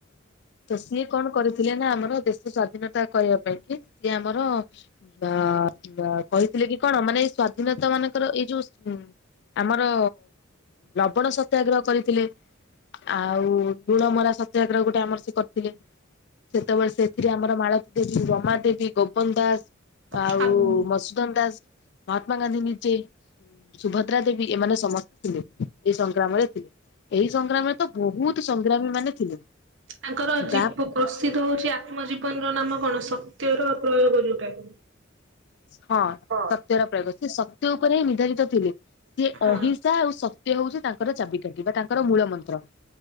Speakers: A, on the left; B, on the right.
A: ତ ସିଏ କଣ କରିଥିଲେ ନା ଆମର ଦେଶ ସ୍ଵାଧୀନତା କରିବା ପାଇଁ କି ସିଏ ଆମର। ବା କହିଥିଲେ କି କଣ ମାନେଇ ସ୍ଵାଧୀନତା ମାନଙ୍କର ଏଇ ଯୋଉ। ଆମର ଲବଣ ସତ୍ୟାଗ୍ରହ କରିଥିଲେ। ଆଉ ଲୁଣମରା ସତ୍ୟଗ୍ରହ ଗୋଟେ ଆମର ସେ କରିଥିଲେ। ସେତେବେଳେ ସେଥିରେ ଆମର ମାଳତୀ ଦେବୀ ରମାଦେବୀ। ଗୋପନ ଦାସ ଆଉ
B: ତାଙ୍କର
A: ମସୁଦନ ଦାସ ମହାତ୍ମାଗାନ୍ଧୀ ନିଜେ। ସୁଭଦ୍ରା ଦେବୀ ଏମାନେ ସମସ୍ତେ ଥିଲେ ଇଜ ସଂଗ୍ରାମରେ ଥିଲେ। ଏଇ ସଂଗ୍ରାମରେ ତ ବହୁତ ସଂଗ୍ରାମୀ ମାନେ ଥିଲେ।
B: ତାଙ୍କର
A: ତା
B: ଯିପ୍ ପ୍ରସିଦ୍ଧ ହଉଚି ଆତ୍ମଜୀବନର ନାମ କଣ ସତ୍ୟର ପ୍ରୟୋଗ ଯୋଉଟା।
A: ହଁ।
B: ହ।
A: ସତ୍ୟର ପ୍ରୟୋଗ ସେ ସତ୍ୟ ଉପରେ ହିଁ ନିର୍ଧାରିତ ଥିଲେ। ସେ
B: ହଁ
A: ଅହିଂସା ଆଉ ସତ୍ୟ ହଉଚି ତାଙ୍କର ଚାବିକାଠି ବା ତାଙ୍କର ମୂଳମନ୍ତ୍ର।